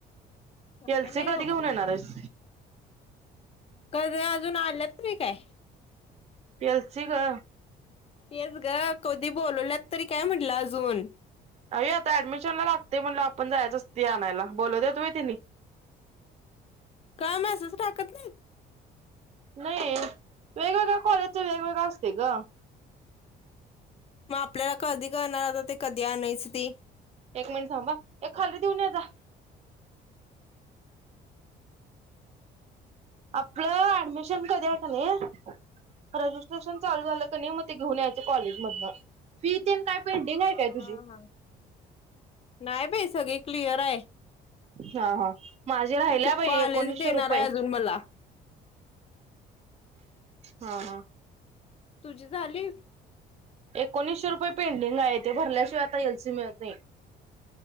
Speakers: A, on the left; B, on the right.
A: काय
B: कॅल्सी
A: नाही
B: कधी
A: बघ
B: घेऊन येणार आहेस?
A: कधी अजून आलंत तरी काय?
B: कॅल्सी ग.
A: तेच ग कधी बोलवल्यात तरी काय म्हटलं अजून?
B: ते आता ऍडमिशन ला लागतय म्हणल्यावर आपण जायच असतय आणायला. बोलव व्हतं व्हय तिनी?
A: काम असच टाकत नाहीत?
B: नाही, वेगवेगळ्या कॉलेजच वेगवेगळं असतय ग.
A: म आपल्याला कधी कलणार आता? ते कधी आणायचं ते.
B: एक मिनिट थांबा हा. हे खाली देऊन ये जा. आपल ऍडमिशन कधी असणारे की नही, रजिस्ट्रेशन चालू झाल कनय म ते घेऊन यायच कॉलेजमधनं. फी तेन काय पेंडिंग आहे काय तुझी
A: हा हा. नाय बाई सगळी क्लिअर हाय.
B: हा हा. माझी राहिल्या
A: को
B: बाई
A: कॉलेज
B: एकोणीसशे
A: देणार
B: रुपये
A: आहे अजून मला.
B: हा हा.
A: तुझी झाली?
B: एकोणीशे रुपये पेंडिंग आहते, भरल्याशिवाय आता एलसी मिळत नाई.